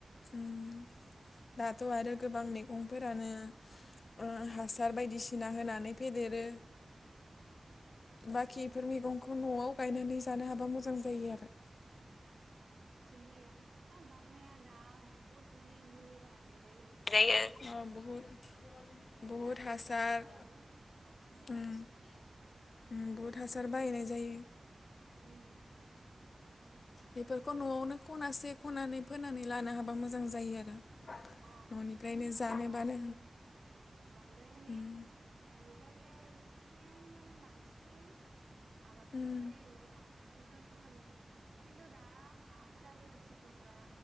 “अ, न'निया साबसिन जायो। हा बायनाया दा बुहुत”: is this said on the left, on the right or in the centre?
Right